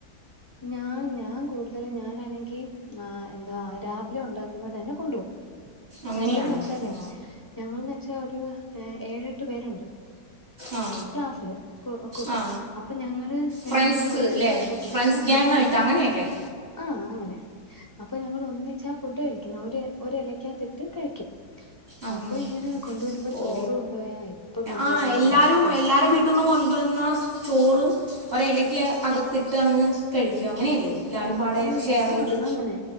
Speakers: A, on the left (about 25°); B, on the right (about 30°).
A: ഞാൻ ഞാൻ കൂടുതല് ഞാനാണെങ്കി ആഹ് എന്താ രാവിലെ ഉണ്ടാക്കുന്നത് തന്നെ കൊണ്ടുപോകും
B: അങ്ങനെയാണോ
A: ഞങ്ങളെന്ന് വെച്ചാലേ
B: ആ
A: ഞങ്ങളെന്ന് വെച്ചാ ഒരുഏഴെട്ട് പേരുണ്ട്
B: ആ
A: ക്ലാസില് കൂട്ട്
B: ആ
A: അപ്പൊ ഞങ്ങള്
B: ഫ്രണ്ട്സ്
A: ഇങ്ങനെ ഒന്നിച്ചാ
B: അല്ലേ
A: ഫു
B: ഫ്രണ്ട്സ്
A: ആഹ്
B: ഗ്യാങ്
A: ഫ്രണ്ട്സ്
B: ആയിട്ട് അങ്ങനെയല്ലേ
A: ആഹ് അങ്ങനെ അപ്പൊ ഞങ്ങൾ ഒന്നിച്ചാ ഫുഡ് കഴിക്കുന്നെ ഒരു ഒരു ഇല ക്കാത്തിട്ട് കഴിക്കും
B: ആഹ്
A: അപ്പൊ ഇങ്ങനെ കൊണ്ടുവരുമ്പോ
B: ഓ
A: ചോറ് കൊണ്ടുപോയാ എപ്പം കൊണ്ടുപോയാലും
B: ആഹ് എല്ലാരും
A: വേസ്റ്റ് ആകും
B: എല്ലാരെ വീട്ടിന്നും കൊണ്ടുവരുന്ന ചോറ് ഒരു ഇലക്ക് അകത്തിട്ട് അങ്ങ് കഴിക്കും അങ്ങനെയല്ലേ എല്ലാരും
A: കഴിക്കും
B: പാടെ
A: ഉം
B: ഷെയർ ചെയ്ത്
A: ആഹ് അങ്ങനെ